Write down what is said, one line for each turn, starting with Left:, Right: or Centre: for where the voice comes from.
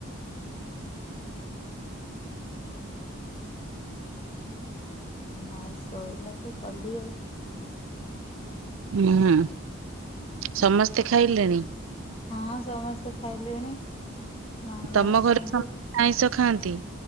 Left: ନାଇଁ ଶୋଇଲା ତୁ କଲି ଆଉ।
Right: ହୁଁ ହୁଁ ସମସ୍ତେ ଖାଇଲେଣି।
Left: ହଁ ସମସ୍ତେ ଖାଇଲେଣି। ନଣନ୍ଦ
Right: ତୋମ
Left: ଆସିଛନ୍ତି।
Right: ଘରେ ସମସ୍ତେ ଆଇଁଷ ଖାଆନ୍ତି।